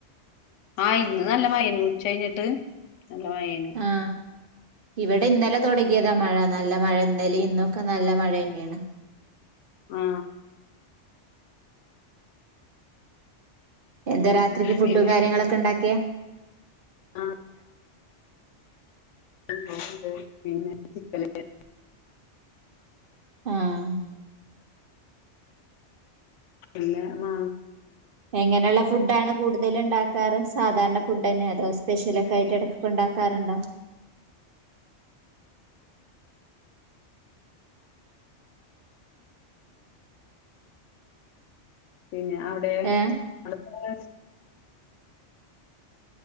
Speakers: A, on the left; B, on the right.
A: ആ ഇന്ന് നല്ല മഴേനു ഉച്ച കഞ്ഞിട്ട് നല്ല മഴേനു
B: ആ ഇവിടെ ഇന്നലെ തൊടങ്ങിയതാ മഴ നല്ല മഴ ഇന്നലിം ഇന്നൊക്കെ നല്ല മഴന്നെണ്
A: ആ
B: എന്താ
A: ഉം
B: രാത്രിക്ക് ഫുഡും
A: പിന്നെ
B: കാര്യങ്ങളൊക്കെ ഉണ്ടാക്കിയെ
A: ആ <unintelligible>
B: ആഹ്
A: പിന്നെ ആ
B: എങ്ങനെയുള്ള ഫുഡ് ആണ്? കൂടുതല്ണ്ടാക്കാറ് സാധാരണ ഫുഡ് തന്നെ അതോ സ്പെഷ്യലൊക്കായിട്ട് അയിന്റെ ഇടക്ക് ഉണ്ടാക്കാറുണ്ടോ <inaudible>
A: പിന്നെ അവിടെ
B: ഏ
A: <unintelligible>